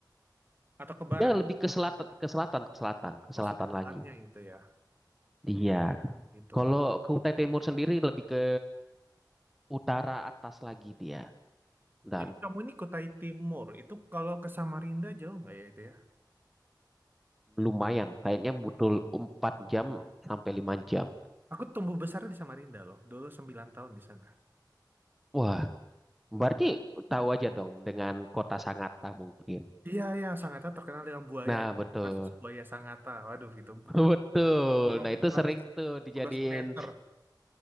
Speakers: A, on the right (about 25°); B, in the centre.
A: atau ke barat?
B: Dia lebih ke selatan, ke selatan, ke selatan, ke
A: Oh,
B: selatan
A: selatannya
B: lagi.
A: gitu ya.
B: Dia.
A: Itu.
B: Kalau ke Kutai Timur sendiri lebih ke utara atas lagi dia. Dan
A: Jadi kamu ini Kutai Timur. Itu kalau ke Samarinda jauh nggak ya itu ya?
B: lumayan, kayaknya butuh 4 jam sampai 5 jam.
A: Aku tumbuh besar di Samarinda loh. Dulu sembilan tahun di sana.
B: Wah, berarti tahu aja dong dengan kota Sangatta mungkin.
A: Iya, iya. Sangatta terkenal dengan buaya.
B: Nah, betul.
A: Itu Kasus buaya Sangatta. Waduh, itu
B: <laughs> Betul.
A: 15,
B: Nah, itu sering tuh dijadiin.
A: belas meter.